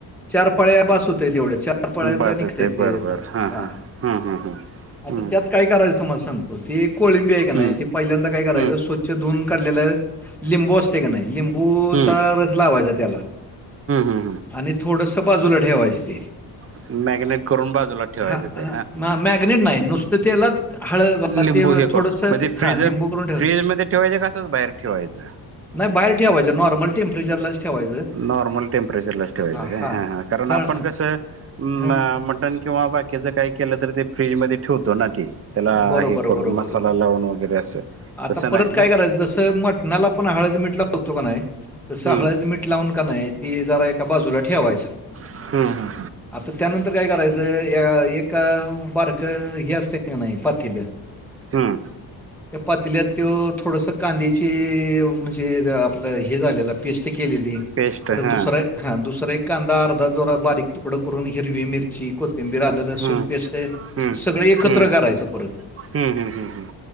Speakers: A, in the centre; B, on the right.
A: चार पास होतय तेवढ चा र पाळ्यात
B: बस
A: निघतय
B: होते
A: ते
B: बर
A: हा
B: बर हा हा हा हम्म
A: आता त्यात काय करायचं तुम्हाला सांगतो ते कोळिंबी हाय क नाही
B: हम्म
A: ती पहिल्यांदा काय करायचं
B: हम्म हम्म
A: स्व च धुवून काढलेल लिंबू असते का नाही लिंबूचा
B: हम्म
A: रस लावायचा. त्याला
B: हम्म
A: आणि थोडसं बाजूला ठेवायचं ते.
B: हम्म मॅग्नेट करून बाजूला ठेवायचं
A: हा
B: ते
A: ह मॅगनेट नाही नुसत तेलात हळगव
B: लिंबू
A: ते
B: हे करून
A: थोडसं
B: म्हणजे
A: हा
B: फ्रीजर
A: लिंबू करून ठेवा.
B: फ्रीज मध्ये ठेवायचं कसंच बाहेर ठेवायचं
A: नाही बाहेर ठेवायं नॉर्मल टेम्परेचरलाच. ठेवायचं
B: नॉर्मल टेम्परेचरलाच ठेवायचं
A: हां,
B: काय
A: हां.
B: हा हा कारण
A: थळ
B: आपण कसं म
A: हां.
B: मटन किंवा बाकीच काही केलं तर ते फ्रीज मध्ये ठेवतो ना ते. तेला
A: बरोबर,
B: हे करून
A: बरोबर,
B: मसाला
A: बरोबर.
B: लावून वगैरे असं
A: आता
B: तसं
A: परत
B: नाही
A: काय
B: ना?
A: जसं मट णाला आपण हळद, मिट लावतो क नाय तसं
B: हम्म
A: हळद, मीठ लावून क नाय ते जरा एका बाजूला ठेवायचं.
B: हम्म हम्म
A: आता त्यानंतर काय करायचं एक बारकं हे असतय क नाय पातेलं
B: हम्म.
A: त्या पातल्यात त्यो थोडस कांद्याची म्हणजे आपलं हे झालेलं. पेस्ट केलेली
B: पेस्ट
A: परत
B: हां
A: दुसरा हा दुसरा एक कांदा अर्धा जोरा बारीक तुकडं करून हिरवी मिरची. कोथिंबीर, आल्लं, लसून
B: हम्म
A: पेस्ट
B: हम्म
A: सगळं एकत्र
B: हम्म
A: कारयचं परत.
B: हम्म हम्म हम्म हम्म